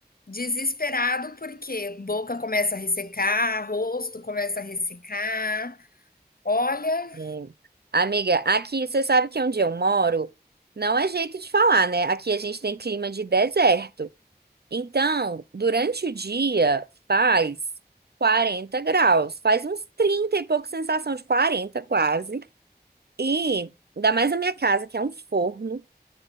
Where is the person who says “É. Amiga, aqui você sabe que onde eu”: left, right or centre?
Right